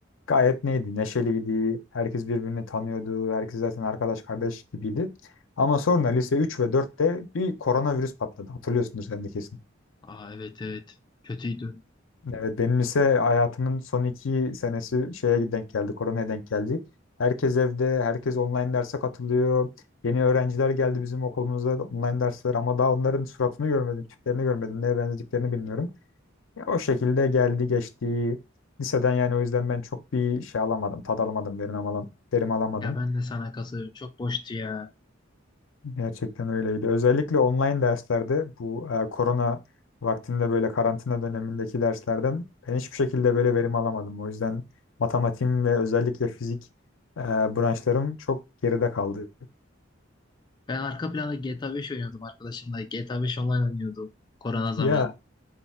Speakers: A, on the left (about 85°); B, on the left (about 25°).
A: Gayet neydi? Neşeliydi. Herkes birbirini tanıyordu. Herkes zaten arkadaş kardeş gibiydi. Ama sonra lise 3 ve dörtte bir koronavirüs patladı. Hatırlıyorsundur sen de kesin.
B: Aa evet evet. Kötüydü.
A: Evet benim lise hayatımın son iki senesi şeye denk geldi. Koronaya denk geldi. Herkes evde. Herkes online derse katılıyor. Yeni öğrenciler geldi bizim okulumuza online dersler ama daha onların suratını görmedim, tiplerini görmedim, neye benzediklerini bilmiyorum. Ya o şekilde geldi geçti. Liseden yani o yüzden ben çok bir şey alamadım, tad alamadım, verim alamadım, verim alamadım.
B: Ya ben de sana katılıyorum. Çok boştu ya.
A: Gerçekten öyleydi. Özellikle online derslerde bu e, korona vaktinde böyle karantina dönemindeki derslerden ben hiçbir şekilde böyle verim alamadım. O yüzden matematiğim ve özellikle fizik e, branşlarım çok geride kaldı.
B: Ben arka planda GTA 5 oynuyordum arkadaşımla. GTA 5 online oynuyordum korona zamanı.
A: Ya